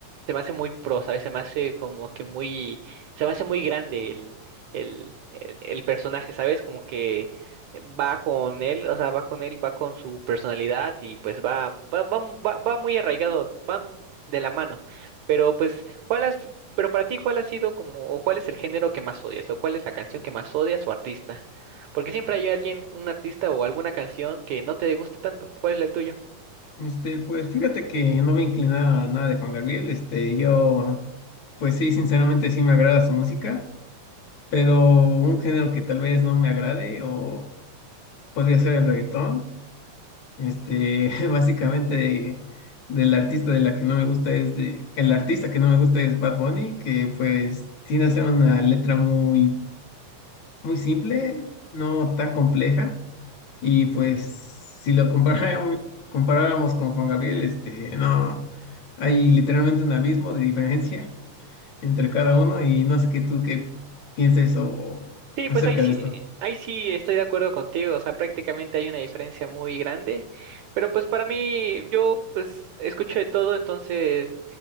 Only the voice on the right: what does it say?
se me hace muy pro, ¿sabes? Se me hace como que muy, se me hace muy grande el, el, el, el personaje, ¿sabes? Como que va con él, o sea, va con él, va con su personalidad y pues va, va, va, va, va muy arraigado, van de la mano. Pero pues, ¿cuál has, pero para ti, cuál ha sido como, o cuál es el género que más odias, o cuál es la canción que más odias o artista? Porque siempre hay alguien, un artista o alguna canción que no te gusta tanto. ¿Cuál es el tuyo?
Sí,
pues ahí sí,
ahí sí estoy de acuerdo contigo. O sea, prácticamente hay una diferencia muy grande. Pero pues para mí, yo pues escucho de todo, entonces